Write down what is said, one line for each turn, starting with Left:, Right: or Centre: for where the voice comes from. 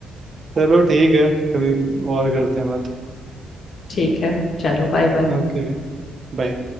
Right: चलो ठीक है कभी और करते हैं बात
Left: ठीक है चलो बाय बाय
Right: ओके बाय